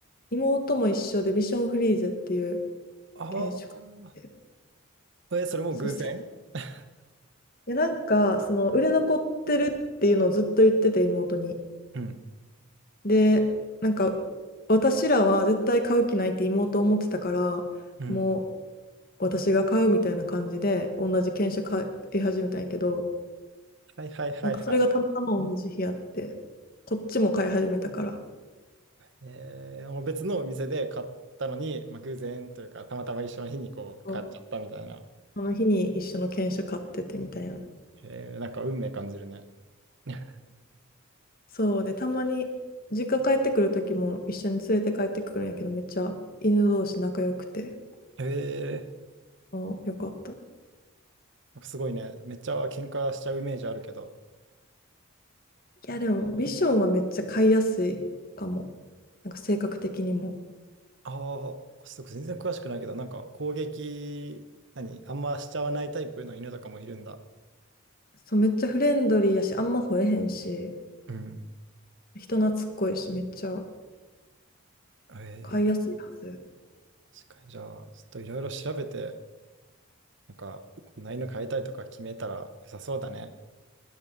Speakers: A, on the left; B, on the right.
A: 妹も一緒でビションフリーゼっていう
B: あ
A: 犬種があって
B: あ。え、それも偶然
A: そう、せ、い
B: <laughs>
A: やなんか、その売れ残ってるっていうのをずっと言ってて妹に。
B: うん。
A: で、なんか私らは絶対買う気ないって妹思ってたから、
B: うん。
A: もう、私が買うみたいな感じで、同じ犬種買い始めたんやけど、
B: はいはいはいはい。
A: なんかそれがたまたま同じ日あって、こっちも買い始めたから、
B: えー、もう別のお店で買ったのに、まあ、偶然というか、たまたま一緒の日にこう買っちゃったみたいな。
A: そうその日に一緒の犬種買っててみたいな。
B: えー、なんか運命感じるね。<laughs>
A: そうで、たまに実家帰ってくる時も一緒に連れて帰ってくるんやけど、めっちゃ犬同士仲良くて、
B: え
A: そうよかった。い
B: なんかすごいね、めっちゃ喧嘩しちゃうイメージあるけど、
A: や、でもビションはめっちゃ飼いやすいかも。なんか性格的にも。
B: ああ、ちょっと全然詳しくないけど、なんか攻撃、何、あんましちゃわないタイプの犬とかもいるんだ。
A: そう、めっちゃフレンドリーやし、あんま吠えへんし、
B: うん。
A: 人懐っこいし、めっちゃ
B: ええ
A: 飼いやすいはず。
B: 確かに。じゃあ、ちょっといろいろ調べて、なんか、こんな犬飼いたいとか決めたら良さそうだね。